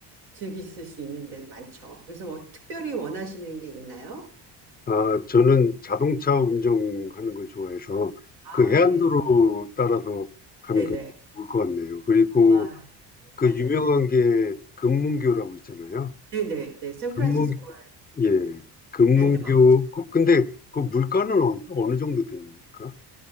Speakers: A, on the right; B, on the left.
A: 즐기실 수 있는 데는 많죠. 그래서 뭐 특별히 원하시는 게 있나요?
B: 아, 저는 자동차 운전하는 걸 좋아해서
A: 아,
B: 그 해안도로
A: 네.
B: 따라서 가면
A: 네네.
B: 굉장히 좋을 것 같네요. 그리고
A: 아, 예,
B: 그
A: 맞아요.
B: 유명한 게 금문교라고 있잖아요.
A: 네네, 네, 네. 샌프란시스코의
B: 금문, 예,
A: 네,
B: 금문교.
A: 랜드마크죠.
B: 그- 근데 그 물가는 어, 어느 정도 됩니까?